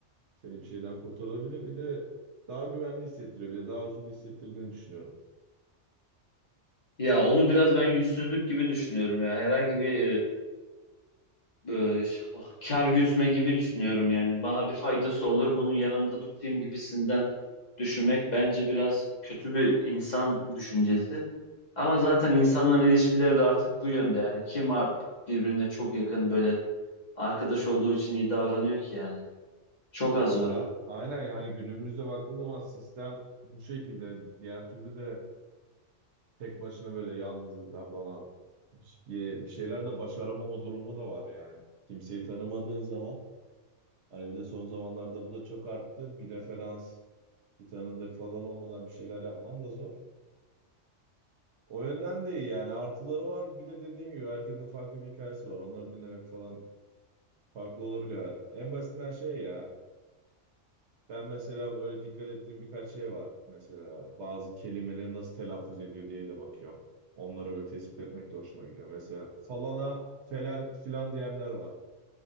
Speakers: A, on the right; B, on the left.
A: seni bir şeyden kurtarabilir. Bir de daha güvenli hissettiriyor. Bir de daha huzurlu hissettirdiğini düşünüyorum.
B: Ya onu biraz ben yüzsüzlük gibi düşünüyorum ya. Herhangi bir e, e, ş- kar gütme gibi düşünüyorum yani. Bana bir faydası olur, bunu yanımda tutayım gibisinden düşünmek bence biraz kötü bir insan düşüncesi. Ama zaten insanların ilişkileri de artık bu yönde yani. Kim ar- birbirine çok yakın böyle Arkadaş olduğu için iyi davranıyor ki yani. Çok az
A: Ya
B: var.
A: za- aynen yani günümüzde baktığın zaman sistem bu şekilde. Diğer türlü de tek başına böyle yalnızlıklar falan bir, bir şeyler de başaramama durumu da var yani. Kimseyi tanımadığın zaman hani bir de son zamanlarda bu da çok arttı. Bir referans, bir tanıdık falan olmadan bir şeyler yapman da zor. O yönden de iyi yani. Artıları var. Bir de dediğim gibi herkesin farklı bir hikayesi var. Onları dinlemek falan farklı olabiliyor. En basitinden şey ya. Ben mesela böyle dikkat ettiğim birkaç şey var. Mesela bazı kelimeleri nasıl telaffuz ediyor diye de bakıyorum. Onları böyle tespit etmek de hoşuma gidiyor. Mesela falana felen filan diyenler var.